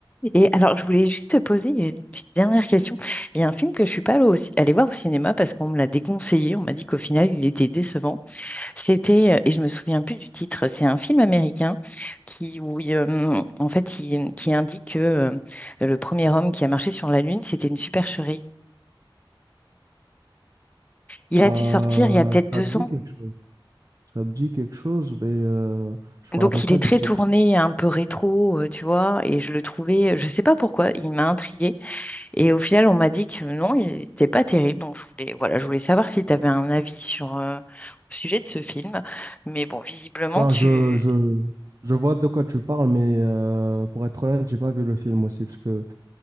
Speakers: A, on the left; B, on the right.
A: Et alors, je voulais juste te poser une petite dernière question. Il y a un film que je suis pas allée, au ci- allée voir au cinéma parce qu'on me l'a déconseillé. On m'a dit qu'au final, il était décevant. C'était, euh, et je me souviens plus du titre, c'est un film américain qui, où il, euh, en fait, il- qui indique que euh, le premier homme qui a marché sur la Lune, c'était une supercherie. Il a
B: euh,
A: dû sortir il y a peut-être deux
B: ça me dit
A: ans.
B: quelque chose. Ça me dit quelque chose, mais euh, je
A: Donc
B: me rappelle pas
A: il est
B: du
A: très
B: titre.
A: tourné, un peu rétro, euh, tu vois, et je le trouvais, je sais pas pourquoi, il m'a intriguée. Et au final, on m'a dit que non, il n'était pas terrible. Donc, je voulais, voilà, je voulais savoir si tu avais un avis sur, euh, au sujet de ce film. Mais bon, visiblement,
B: Non,
A: tu...
B: je, je, je vois de quoi tu parles, mais euh, pour être honnête, j'ai pas vu le film aussi, parce que,